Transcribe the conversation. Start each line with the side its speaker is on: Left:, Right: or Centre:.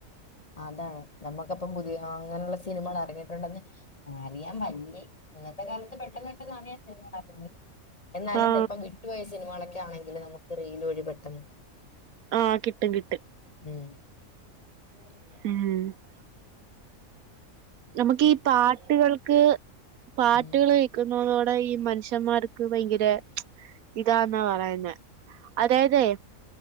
Left: അതാണ് നമ്മുക്കപ്പം പുതിയ അങ്ങനെയുള്ള സിനിമകൾ എറങ്ങിയിട്ടുണ്ടെന്ന് അറിയാൻ വല്ലേ ഇന്നത്തെ കാലത്ത് പെട് ട്ടെന്ന് പെട്ടെന്ന് അറിയാം സിനിമ എറക്കുന്നെ എന്നാലും
Right: ആഹ്
Left: ചെലപ്പം <unintelligible> യ സിനമകളൊക്കെ ആണെങ്കിൽ നമുക്ക് റീൽ വഴി പെട്ടന്ന്
Right: ആഹ് കിട്ടും കിട്ടും
Left: ഉം <unintelligible>
Right: ഉം നമുക്ക് ഈ പാട്ടുകൾക്ക് പാട്ടുകള്
Left: ഉം
Right: കേ ക്കുന്നതോടെ ഈ മനുഷ്യന്മാർക്ക് ഭയങ്കര ഇതാന്നാ പറയുന്നെ അതായതെ